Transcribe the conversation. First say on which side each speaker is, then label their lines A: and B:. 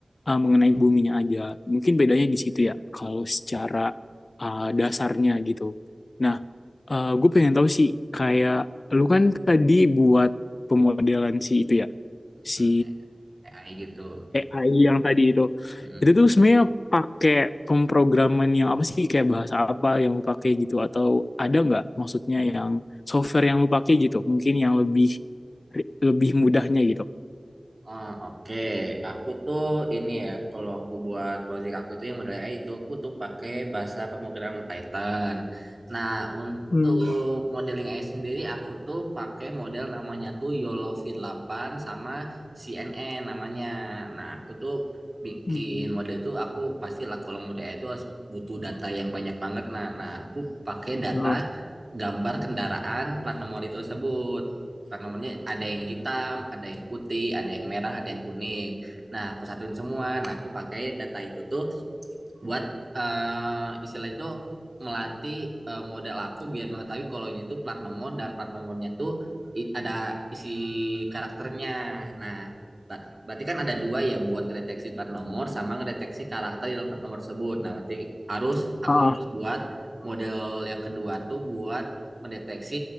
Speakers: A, on the left (about 75°); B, on the right (about 40°).
A: eh, mengenai buminya aja. Mungkin bedanya di situ ya, kalau secara eh, dasarnya gitu. Nah, gue pengen tahu sih, kayak lu kan tadi buat pemodelan si itu ya,
B: Hmm,
A: si
B: AI gitu
A: AI yang tadi itu
B: Hmm.
A: itu tuh sebenarnya pakai pemrograman yang apa sih kayak bahasa apa yang lu pakai gitu atau ada nggak maksudnya yang software yang lu pakai gitu mungkin yang lebih lebih mudahnya gitu
B: Ah, Oke, Aku tuh ini ya, kalau aku buat project aku itu yang model AI itu aku tuh pakai bahasa pemrograman Python. Nah, untuk
A: Hmm.
B: modeling AI sendiri aku tuh pakai model namanya tuh YOLO V8 sama CNN namanya. Nah, aku tuh bikin
A: Hmm.
B: model itu aku pastilah kalau model AI itu harus butuh data yang banyak banget. Nah, nah aku pakai data
A: Ah,
B: gambar kendaraan plat nomor itu tersebut plat nomornya ada yang hitam, ada yang putih, ada yang merah, ada yang kuning. Nah, aku satuin semua. Nah, aku pakai data itu tuh buat eh, istilah itu melatih eh, model aku biar mengetahui kalau ini tuh plat nomor dan plat nomornya tuh i- ada isi karakternya. Nah, ber- berarti kan ada dua ya buat ngedeteksi plat nomor sama ngedeteksi karakter di dalam plat nomor tersebut. Nah, berarti harus aku
A: ah,
B: harus buat model yang kedua tuh buat mendeteksi